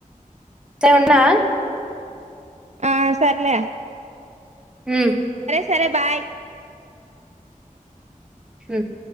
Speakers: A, in the centre; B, on the right.
A: సరె ఉండన్నా
B: ఆ సర్లె
A: ఉమ్
B: సరే బాయ్
A: ఉమ్